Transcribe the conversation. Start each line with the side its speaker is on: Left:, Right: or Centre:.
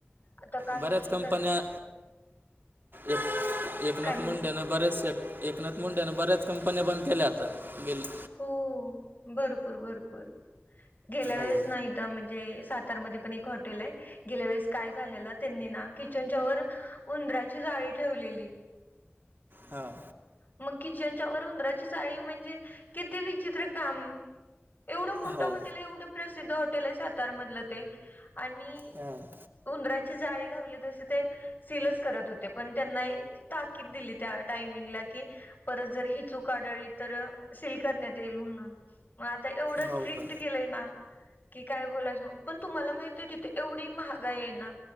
Left: आता काही
Right: बऱ्याच कंपन्या
Left: करा
Right: एक एकनाथ
Left: काय म्हटला?
Right: मुंडेनं बरेच श एकनाथ मुंडेनं बर्याच कंपन्या बंद केल्यात तर मिलत
Left: हो भरपूर भरपूर गेल्या वेळेस
Right: हो
Left: नाही म्हणजे सातार म पण एक हॉटेल आहे गेल्या वेळेस काय झालेलं त्यांनी ना किचनच्या वर उंदरा्याची जाळी ठेवलेली
Right: हा.
Left: मग किचनच्या वर उंदराची जाळी म्हणजे किती विचित्र काम. एवढं मोठं
Right: हो
Left: हॉटेल आहे, एवढं प्रसिद्ध हॉटेल आहे सातारमधलं ते आणि
Right: हां
Left: उंदराची जाळी घावली तसे ते सीलच करत होते पण त्यांना एक ताकीद दिली त्या टामिंगला. परत जर ही चूक आढ तर सील करण्यात येईल म्हणून मग आता एवढं
Right: हो
Left: स्ट्रिक्ट
Right: का
Left: केलंय ना की काय बोलायच न पण तुम्हाला माहिती तिथे एवढी महागा आहे ना